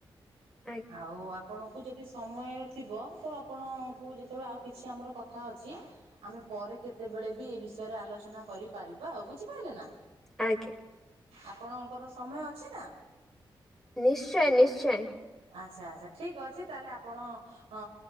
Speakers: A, in the centre; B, on the right.
A: ଆଜ୍ଞା
B: ଆଉ ଆପଣଙ୍କୁ ଯଦି ସମୟ ଥିବ ତ ଆପଣଙ୍କୁ ଯେତେବେଳେ ଆଉ କିଛି ଆମର କଥା ଅଛି ଆମେ ପରେ କେତେ ବେଳେ ବି ଏଇ ବିଷୟରେ ଆଲୋଚନା କରିପାରିବା ଆଉ ବୁଝିପାରିଲେ ନା।
A: ଆଜ୍ଞା
B: ଆପଣଙ୍କର ସମୟ ଅଛି ନା?
A: ନିଶ୍ଚୟ ନିଶ୍ଚୟ।
B: ଆଚ୍ଛା ଆଚ୍ଛା ଠିକ୍ ଅଛି ତାହେଲେ ଆପଣ ଅଁ